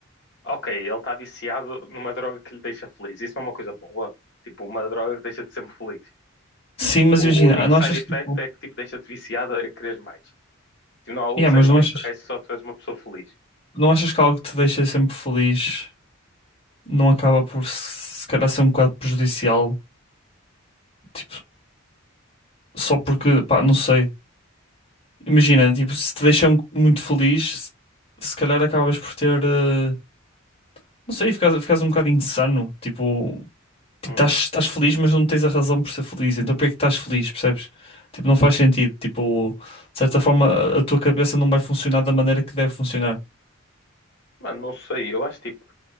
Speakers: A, on the left; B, on the left.
A: ok, ele está viciado numa droga que lhe deixa feliz. Isso não é uma coisa boa. Tipo, uma droga que deixa-te sempre feliz.
B: Sim, mas
A: O
B: imagina,
A: o único
B: não
A: side
B: achas
A: effect
B: que tipo.
A: é que tipo, deixa-te viciado a querer mais. Tipo, não há outro
B: Yeah, mas
A: side effect.
B: não achas,
A: O resto só tu és uma pessoa feliz.
B: não achas que algo que te deixa sempre feliz não acaba por se se calhar ser um bocado prejudicial? Tipo, só porque, pá, não sei. Imagina, tipo, se te deixa mu- muito feliz, se se calhar acabas por ter. eh, Não sei, ficas, ficas um bocado insano. Tipo. Tipo,
A: Hum.
B: estás, estás feliz, mas não tens a razão por ser feliz. Então, por que é que estás feliz, percebes? Tipo, não faz sentido. Tipo, de certa forma, a a tua cabeça não vai funcionar da maneira que deve funcionar,
A: Mano, não sei. Eu acho tipo.